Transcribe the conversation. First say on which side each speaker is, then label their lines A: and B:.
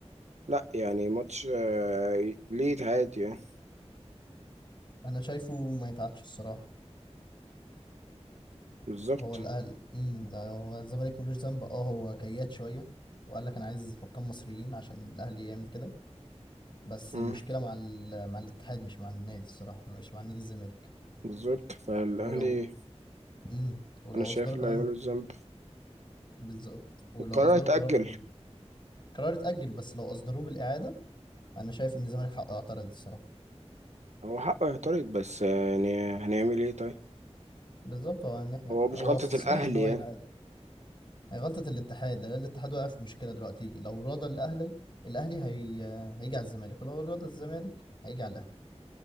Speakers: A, on the right; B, on the left.
A: لا يعني ماتش آه، ليه عادي يعني
B: أنا شايفه ما يتعادش الصراحة
A: بالظبط
B: هو الاهلي امم ده هو الزمالك ملوش ذنب اه هو كياد شويه وقال لك انا عايز حكام مصريين عشان الاهلي يعمل كده بس
A: مم.
B: المشكله مع ال... مع الاتحاد مش مع النادي الصراحه مش مع نادي الزمالك
A: بالظبط فالاهلي
B: ولو امم ولو
A: انا شايف
B: اصدروا
A: اللي
B: كمان
A: هيعمله الذنب
B: بالظبط ولو
A: القرار
B: اصدروا
A: اتأجل
B: قرار بال... قرار اتاجل بس لو اصدروه بالاعاده انا شايف ان الزمالك حقه يعترض الصراحه
A: هو حقه يعترض بس آه، يعني هنعمل ايه طيب
B: بالظبط هو ان احنا
A: هو
B: هو
A: مش غلطة
B: في
A: الاهلي
B: صالح ان هو
A: يعني
B: يتعاد هي غلطه الاتحاد ده الاتحاد واقع في مشكله دلوقتي لو راضى الاهلي الاهلي هي... هيجي على الزمالك ولو راضى الزمالك هيجي على الاهلي